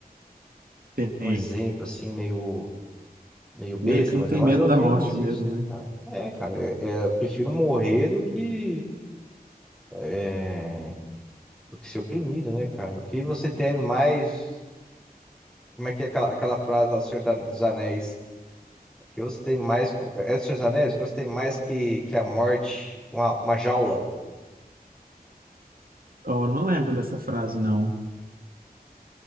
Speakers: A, on the right; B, in the centre.
A: Tem,
B: um exemplo assim, meio, meio besta,
A: meio que não
B: mas
A: tem
B: é mais
A: medo
B: ou
A: da
B: menos
A: morte
B: isso,
A: mesmo,
B: né,
A: né?
B: cara? É, cara, é, é, eu prefiro morrer do que, é, do que ser oprimido, né, cara? O que você teme mais. Como é que é aquela, aquela frase lá do Senhor da- dos Anéis? O Que você tem mais. co- É é do Senhor dos Anéis? O Que você tem mais que, que a morte, uma, uma jaula.
A: Oh, não lembro dessa frase, não.